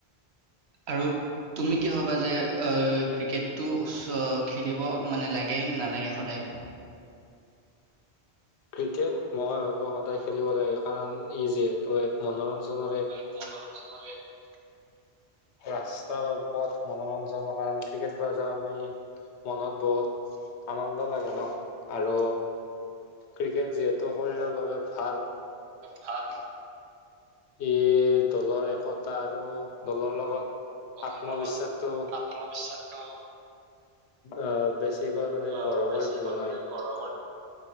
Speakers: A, on the right (about 75°); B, on the left (about 90°).
A: আৰু তুমি কি ভাবা যে অ' ক্ৰিকেটো <unintelligible> খেলিব মানে লাগে নে নালাগে সদায়?
B: ক্ৰিকেট মই ভাবোঁ সদায় খেলিব লাগে। কাৰণ ই যিহেতু এক মনোৰঞ্জনৰ এক
A: মনোৰঞ্জনৰ এক
B: ৰাস্তা বা পথ মনোৰঞ্জনৰ কাৰণে ক্ৰিকেট <unintelligible> মনত বহুত আনন্দ লাগে ন আৰু ক্ৰিকেট যিহেতু শৰীৰৰ বাবে ভাল।
A: ভাল।
B: ই দলৰ একতা আৰু দলৰ লগত
A: দলৰ
B: আত্মবিশ্বাসটো
A: লগত আত্মবিশ্বাসটো
B: আহ বেছিকৈ মানে
A: অ',
B: গঢ়
A: বেছিকৈ
B: কৰি তোলে ন
A: মানে গঢ়